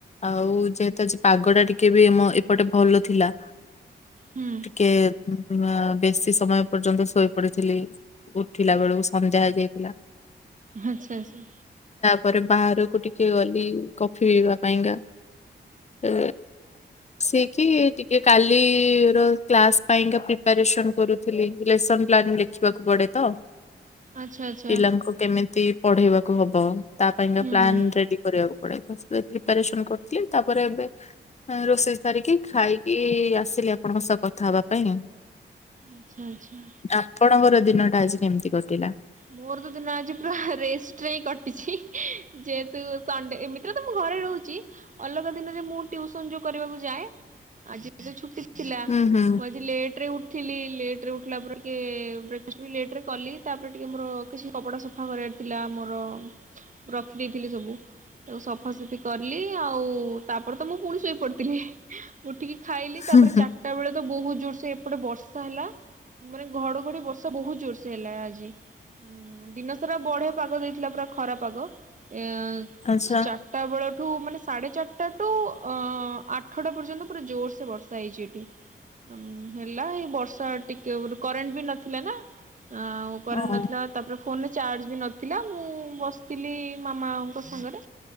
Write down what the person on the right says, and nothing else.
ହୁଁ।
ଆଛା ଆଚ୍ଛା।
ଆଚ୍ଛା ଆଚ୍ଛା
ହୁଁ
ଆଚ୍ଛା ଆଚ୍ଛା।
ମୋର ତ ଦିନ ଆଜି ପୁରା ରେଷ୍ଟରେ ହିଁ କଟିଛି। ଯେହେତୁ ସଣ୍ଡେ ଏମିତିରେ ତ ମୁଁ ଘ ରେ ରହୁଛି ଅଲଗା ଦିନରେ ମୁଁ ଟିଉସନ ଯୋଉ କରିବାକୁ ଯାଏ। ଆଜି ଛୁଟି ଥିଲା
ମୁଁ ଆଜି ଲେଟ ରେ ଉଠିଲି ଲେଟରେ ଉ ଠିଲା ପରେ ଟିକେ ବ୍ରେକଫାଷ୍ଟ ଲେଟରେ କଲି ତାପରେ ଟିକେ ମୋର କିଛି କପଡା ସଫା କରିବାର ଥିଲା ମୋର ରଖିଦେଇଥିଲି ସବୁ ତାକୁ ସଫାସଫି କଲି ଆଉ ତାପରେ ତ ମୁଁ ପୁଣି ଶୋଇପଡିଥିଲି। ଉ ଟିକେ ଖାଇଲି ତାପରେ
ଚାରଟା ବେଳେ ତ ବହୁତ ଜୋର୍ ସେ ଏପଟେ ବର୍ଷା ହେଲା ମାନେ ଘଡଘଡି ବର୍ଷା ବହୁତ ଜୋରସେ ହେଲା ଆଜି ହୁଁ ଦିନ ସାରା ବଢିଆ ପାଗ ଦେଇଥିଲା ପୁରା ଖରା ପାଗ। ଏଁ
ଚାରଟା ବେଳ ଠୁ ମାନେ ସାଢେ ଚାରଟାଟୁ ଅ ଆଠଟା ପର୍ଯ୍ୟନ୍ତ ପୁରା ଜୋର ସେ ବର୍ଷା ହେଇଛି ଏଠି। ଅମ ହେଲା ଏଇ ବର୍ଷା ଟିକେ କରେଣ୍ଟ ବି ନଥିଲା ନା ଆଉ କରେଣ୍ଟ
ନଥି ତାପରେ ଫୋନରେ ଚାର୍ଜ ବି ନଥିଲା ମୁଁ ବସିଥିଲି ମାମା ଙ୍କ ସାଙ୍ଗରେ